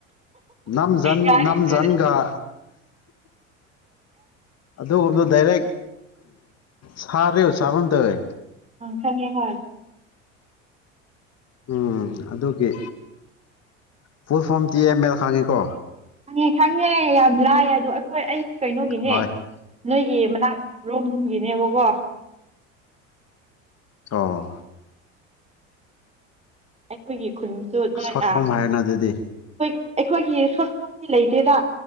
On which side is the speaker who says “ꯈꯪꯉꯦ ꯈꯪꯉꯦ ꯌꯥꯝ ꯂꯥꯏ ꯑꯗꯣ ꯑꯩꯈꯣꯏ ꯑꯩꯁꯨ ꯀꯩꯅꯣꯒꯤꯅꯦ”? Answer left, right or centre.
Right